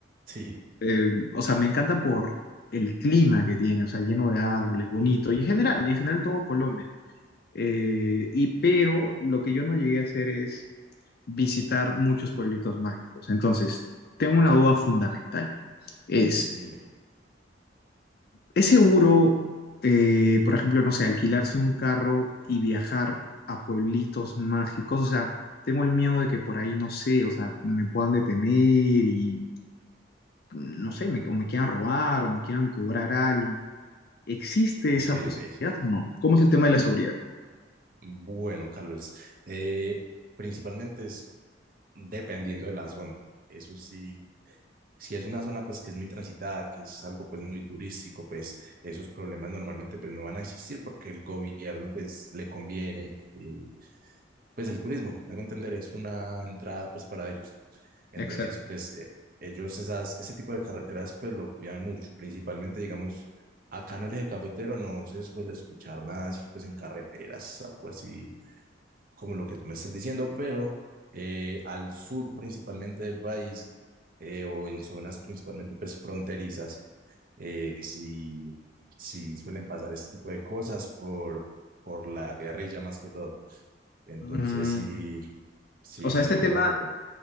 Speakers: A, on the right (about 50°); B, on the left (about 55°).
A: Sí,
B: eh, o sea, me encanta por el clima que tiene, o sea, lleno de árboles, bonito,
A: el clima.
B: y en general, y en general todo Colombia. Eh, y pero lo que yo no llegué a hacer es visitar muchos pueblitos mágicos. Entonces, tengo una duda fundamental. Es,
A: Dime.
B: ¿es seguro, eh, por ejemplo, no sé, alquilarse un carro y viajar a pueblitos mágicos? O sea, tengo el miedo de que por ahí, no sé, o sea, me puedan detener y, no sé, me, o me quieran robar o me quieran cobrar algo. ¿Existe
A: Ok,
B: esa posibilidad
A: ok.
B: o no? ¿Cómo es el tema de la seguridad?
A: Bueno, Carlos, eh, principalmente es dependiendo de la zona. Eso sí si es una zona pues que es muy transitada, que es algo pues muy turístico, pues esos problemas normalmente pues no van a existir porque el gobierno pues le conviene que, pues el turismo, me hago entender, es una entrada pues para ellos. Entonces
B: Exacto.
A: pues eh, ellos esas, ese tipo de carreteras pues lo cuidan mucho, principalmente digamos acá en el eje cafetero no se suele escuchar nada así pues en carreteras, algo así como lo que tú me estás diciendo, pero eh, al sur principalmente del país eh, o en zonas principalmente pues fronterizas, eh, sí, sí suelen pasar este tipo de cosas por, por la guerrilla más que todo. Entonces
B: Mm,
A: sí, sí
B: o sea, este
A: cobran
B: tema,
A: de pronto.